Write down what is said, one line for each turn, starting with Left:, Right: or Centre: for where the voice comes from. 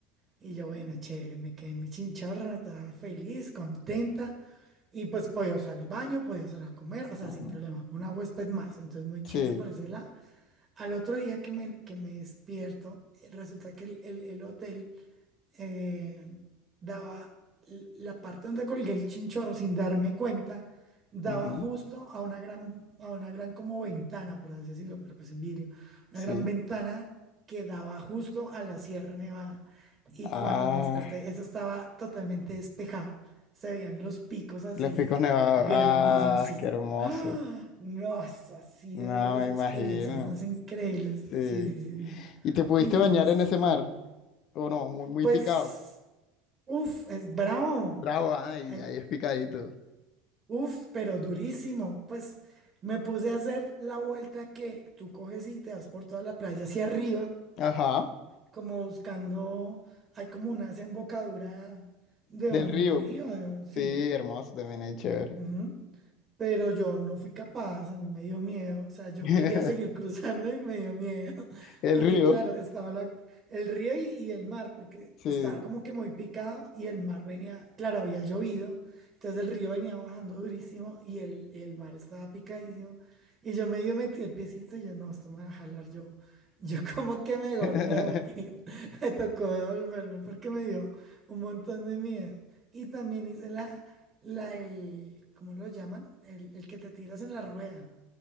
Right: Y yo, bueno, chévere, me quedé en mi chinchorra, estaba feliz, contenta. Y pues podía usar el baño, podía usar a comer, o sea,
Left: Ajá.
Right: sin problema, con una huésped más. Entonces, muy chévere
Left: Sí.
Right: por ese lado. Al otro día que me, que me despierto, eh, resulta que el, el el hotel eh, daba l- la parte donde colgué el chinchorro sin darme cuenta, daba
Left: Ajá.
Right: justo a una gran, a una gran como ventana, por así decirlo, pero pues sin vidrio, una
Left: Sí.
Right: gran ventana que daba justo a la Sierra Nevada. Y
Left: Ah,
Right: cuando me desperté, eso estaba totalmente despejado. Se veían los picos así
Left: los picos nevados.
Right: grandísimos,
Left: Ah,
Right: sí.
Left: qué hermoso.
Right: ¡Ah! No, eso ha sido
Left: No,
Right: de las
Left: me
Right: experiencias
Left: imagino.
Right: más increíbles.
Left: Sí.
Right: Sí, sí, sí. sí.
Left: ¿Y te pudiste
Right: Y
Left: bañar
Right: es
Left: en ese mar?
Right: cool.
Left: ¿O no? Muy, muy
Right: Pues
Left: picado.
Right: Uf, es bravo.
Left: Bravo, ah, ahí,
Right: El,
Left: ahí es picadito.
Right: uf, pero durísimo. Pues me puse a hacer la vuelta que tú coges y te das por toda la playa hacia arriba,
Left: Ajá.
Right: como buscando, hay como una desembocadura de
Left: Del
Right: un
Left: río.
Right: río, de un- sí.
Left: Sí, hermoso, también ahí chévere.
Right: Ujú. Pero yo no fui capaz, a mí me dio miedo, o sea, yo
Left: <laughs>
Right: quería seguir <laughs> cruzando y me dio miedo, <laughs>
Left: El
Right: porque
Left: río.
Right: claro, estaba la- el río y, y el mar, porque
Left: Sí.
Right: estaba como que muy picado y el mar venía, claro, había llovido, entonces el río venía bajando durísimo y el, y el mar estaba picadísimo, y yo medio metí el piecito y yo, no, esto me va a jalar, yo, yo <laughs> como que mejor
Left: <laughs>
Right: me voy, <laughs> me tocó devolverme porque me dio un montón de miedo, y también hice la... La, el, ¿cómo lo llaman? El, el que te tiras en la rueda,